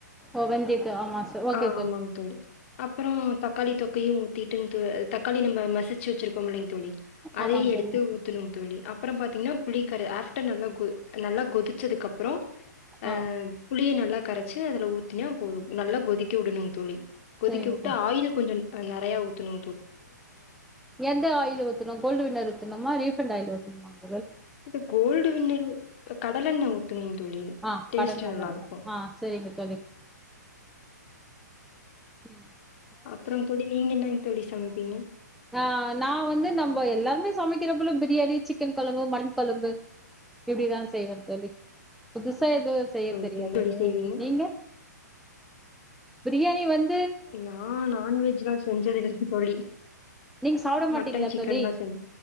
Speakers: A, in the centre; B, on the left.
A: ஓ வெந்தயத்த ஆமா ச ஓகே
B: ஆஹ் ஆமாங்க தோழி அப்புறோம் தக்காளி தொக்க யும் ஊத்திட்டு தக்காளி நம்ம மசிச்சு வச்சிருக்கோம்இல்லைங்க தோழி அதை
A: ஆமாங்க
B: எடுத்து
A: தோழி
B: ஊத்துணும் தோழி அப் அப்புறம் பாத்தீங்கன்னா புளி கர ஆஃப்டர் நல்லா கோ நல்லா கொதிச்சதுக்கு அப்புறம் அஹ்
A: ஆ
B: புளியனல்ல நல்லா கரச்சு அதுல ஊத்தினா போதும் நல்லா கொதிக்க விடணுங்க தோழி கொதிக்க
A: சரிங்க
B: விட்டு
A: தோழி
B: ஆயில் கொஞ்ச ந நெறையா ஊத்தணு
A: எந்த ஆயில் ஊத்தணும் கோல்டு வின்னர் ஊத்தணுமா ரீஃபண்ட் ஆயில் ஊத்த ம் <unintelligible>
B: இது கோல்டு வின்னர் கடலெண்ணெய் ஊத்துங்க தோழி
A: ஆ
B: டேஸ்ட்
A: கடல் நல்ல
B: நல்லா இருக்கும்
A: ஆ சரிங்க தோழி உம் <inaudible>
B: அப்புறம் தோழி நீங்க என்ன தோழி சமைப்பீங்க
A: ஆஹ் நான் வந்து நம்ப எல்லாருமே சமைக்கிற போல பிரியாணி சிக்கன் கொழம்பு மட்டன் கொழம்பு இப்டிதான் செய்வேன் தோழி புதுச புதுசா எதுவும் செய்ய
B: ஓகேங்க
A: தெரியாது
B: தோழி செய்வீங்க
A: நீங்க பிரியாணி வந்
B: நான் நான்வெஜ்லாம் செஞ்சது இல் தோழி
A: நீங்க சாப்ட மாட்டீங்களா
B: மட்டன் சிக்கன்லாம்
A: தோழி
B: செஞ்